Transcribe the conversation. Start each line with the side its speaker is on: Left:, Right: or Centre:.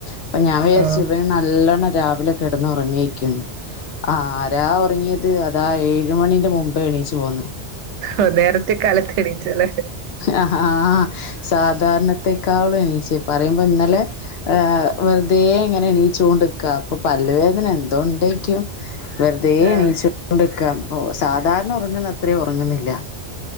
Left: അപ്പൊ ഞാൻ വിചാര്ച്ചു
Right: ആഹ്
Left: ഇവന് നല്ലോണം രാവിലെ കെടന്ന് ഒറങ്ങേയ്ക്കുന്ന് ആരാ ഒറങ്ങിയത് അതാ ഏഴുമണിന്റെ മുമ്പേ എണീച്ച് പോന്ന്.
Right: ഒ നേരത്തെ കാലത്ത് എണീച്ചല്ലേ.
Left: അ ഹാ സാധാരണത്തെക്കാളും എണീച്ച് പറയുമ്പോ ഇന്നലെ ഏ വെർതേ ഇങ്ങനെ എണീച്ച് കൊണ്ട്ക്ക അപ്പൊ പല്ലുവേധനൺ അതുകൊണ്ടര്ക്കും വെർതേ
Right: ആഹ്
Left: എണീച്ച് ക്കൊണ്ട് ക്ക ഒ സാധാരണ ഒറങ്ങുന്ന അത്രയും ഒറങ്ങുന്നില്ല.